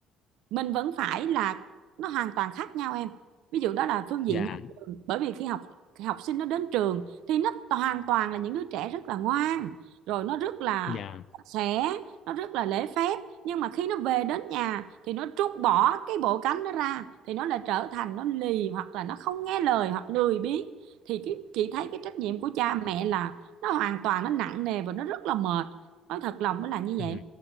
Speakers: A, on the right (about 70°); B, on the left (about 55°).
A: mình vẫn phải là nó hoàn toàn khác nhau em ví dụ đó là phương diện
B: dạ
A: nhà trường bởi vì khi học học sinh nó đến trường thì nó hoàn toàn là những đứa trẻ rất là ngoan rồi nó rất là
B: dạ
A: sạch sẽ nó rất là lễ phép nhưng mà khi nó về đến nhà thì nó trút bỏ cái bộ cánh nó ra thì nó lại trở thành nó lì hoặc là nó không nghe lời hoặc lười biếng thì cái, chị thấy cái trách nhiệm của cha mẹ là nó hoàn toàn nó nặng nề và nó rất là mệt nói thật lòng nó là như
B: ừ,
A: vậy